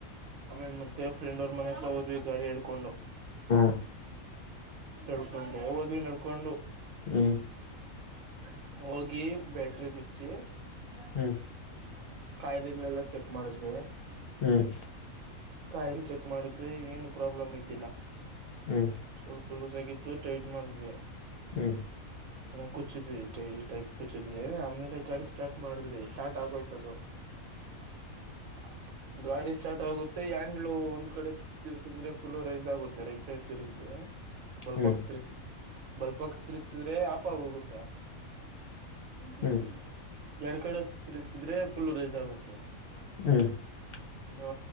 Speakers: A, on the right; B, on the left.
A: ಆಮೇಲೆ ಮತ್ತೆ ಫ್ರೆಂಡ್ ಅವರ ಮನೆ? <unintelligible> ಎ, ಹೋದ್ವಿ ಗಾಡಿ ಇಲ್ಲಿಕೊಂಡು,
B: ಹ್ಮ
A: ತಳ್ಕೊಂಡು ಹೋದ್ವಿ ನಡ್ಕೊಂಡು?
B: ಹ್ಮ್
A: <inaudible> ಹೋಗಿ, ಬ್ಯಾಟರಿ, ಬಿಚ್ಚಿ?
B: ಹ್ಮ್
A: <inaudible> ಕಾಯ್ದಗಳೆಲ್ಲ, ಚೆಕ್ ಮಾಡಿದ್ವಿ? <inaudible>
B: ಹ್ಮ್
A: ಕಾಯಿಲ್, ಚೆಕ್ ಮಾಡಿದ್ರೆ! ಏನು ಪ್ರಾಬ್ಲಮ್ ಇದ್ದಿಲ್ಲ? <inaudible>
B: ಹ್ಮ್
A: ಸ್ವಲ್ಪ, ಲೂಸ್ ಆಗಿತ್ತು! ಟೈಟ್ ಮಾಡಿದ್ವಿ. <inaudible>
B: ಹ್ಮ್. <inaudible>
A: ನಾವು, ಕುಚ್ಚಿದ್ವಿ! ತೈ, ತಕಿ ಕುಚ್ಚಿದ್ವಿ ಆಮೇಲೆ ಗಾಡಿ ಸ್ಟಾರ್ಟ್ ಮಾಡಿದ್ರಿ ಸ್ಟಾರ್ಟ್ ಆಗೋಯಿತು, ಅದು. <inaudible> ಹ್ಮ್. <unintelligible> ಗಾಡಿ ಸ್ಟಾರ್ಟ್ ಆಗುತ್ತೆ! ಹ್ಯಾಂಡಲ್, ಒಂದ್ ಕಡೆ, ತಿರುಗಾಧಾರೆ, ಫುಲ್ ರೈಸ್ ಆಗುತ್ತೆ ರೈಡ್ ಸೈಡ್. <inaudible> ತಿದ್ರೆ, ಬಲ್ಪಕ್
B: ಹ್ಮ್
A: ತಿರಗು? <inaudible> ಬಲ್ಬಬ್ಯಾಂಕ್ಸ್, ತಿರುಗ್ಸಿದ್ರೆ ಆಫ್ಗಾಗಿ, ಹೋಗುತ್ತೆ? <unintelligible>
B: ಹ್ಮ್
A: ಎರಡ್, ಕಡೆ ತಿರುಗ್ಸಿದ್ರೆ! ಫುಲ್ ರೈಸ್ ಆಗುತ್ತೆ? <inaudible>
B: ಹ್ಮ್. <inaudible>
A: ಹಾ,